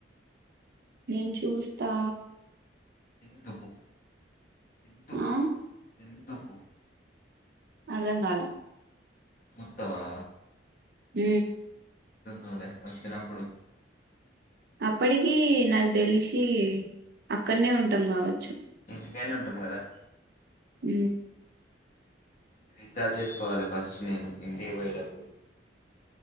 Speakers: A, on the right; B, on the left.
A: నేను చూస్తా
B: ఎందుకు ఎందుకు
A: ఆ
B: ఎందుకు
A: అర్ధం కాలే
B: వత్తవా
A: ఊ
B: <unintelligible> లే వచ్చినప్పుడు
A: అప్పటికి నాకు తెలిసి అక్కడనే ఉంటాం కావచ్చు
B: ఇంటికానే ఉంటాము కదా
A: ఊ
B: రీఛార్జ్ చేసుకోవాలి ఫస్ట్ నేను ఇంటి పోయేటప్పుడు